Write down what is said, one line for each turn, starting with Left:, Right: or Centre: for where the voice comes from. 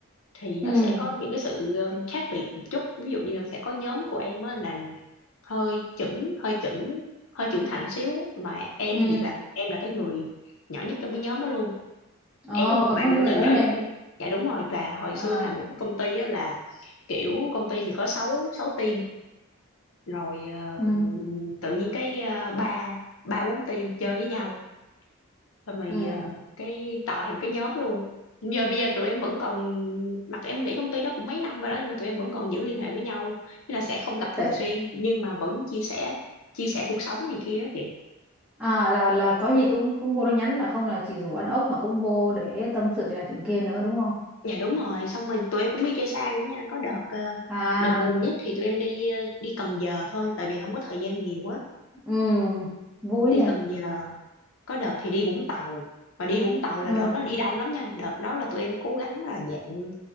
Left: thì
Centre: ừ
Left: nó sẽ có những cái sự um, khác biệt một chút ví dụ như là sẽ có nhóm của em á là hơi chững hơi chững hơi trưởng thành xíu mà em
Centre: ừ
Left: thì là em là cái người nhỏ nhất trong cái nhóm đó luôn
Centre: ồ
Left: em với một
Centre: còn
Left: bạn
Centre: có những
Left: nữa
Centre: người
Left: là
Centre: lớn
Left: nhỏ
Centre: hơn
Left: nhất
Centre: em
Left: trong- dạ đúng rồi và hồi
Centre: à
Left: xưa em làm một cái công ty á là kiểu công ty thì có 6 sáu team rồi ờ,
Centre: ừ
Left: tự nhiên cái ờ, ba ba bốn team chơi với nhau rồi mày
Centre: ừ
Left: ờ, cái tạo thành cái nhóm luôn giờ bây giờ tụi em vẫn còn mặc em nghĩ công ty đó cũng mấy năm rồi đó nhưng mà tụi em vẫn còn giữ liên hệ với nhau nên là sẽ không gặp thường
Centre: Tệ.
Left: xuyên nhưng mà vẫn chia sẻ chia sẻ cuộc sống này kia á chị
Centre: à là là có gì cũng cũng vô đó nhắn là không là chỉ rủ ăn ốc mà cũng vô để tâm sự chuyện này chuyện kia nữa đúng không
Left: dạ đúng rồi xong rồi tụi em cũng đi chơi xa nữa nha có đợt ờ,
Centre: à
Left: đợt gần nhất thì tụi em đi ờ, đi Cần Giờ thôi tại vì không có thời gian nhiều á
Centre: ừ vui
Left: đi
Centre: nhỉ
Left: Cần Giờ có đợt thì đi Vũng Tàu mà đi Vũng Tàu
Centre: ừ.
Left: là đợt đó đi đông lắm nha đợt đó là tụi em cố gắng là dạng